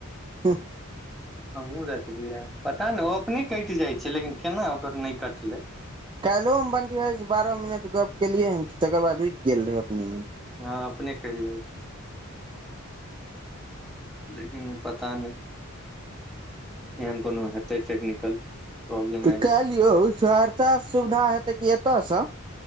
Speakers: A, on the right; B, in the centre.
A: हँ
B: हमहुँ देखलियै पता ने ओ अपने कटि जाइ छै लेकिन केना ओकर नहि कटलै
A: काल्हिो मे बन बारह मिनट गप्प केलियै हन तकर बाद रुकि गेल रहै अपने मोन
B: हँ अपने कटि जाय छै लेकिन ओ पता नहि एहन कोनो हेत हेतय टैक्निकल प्रॉब्लम
A: तऽ
B: आइ
A: काल्हि यौ सहरसा सुविधा हेतै क एतयसँ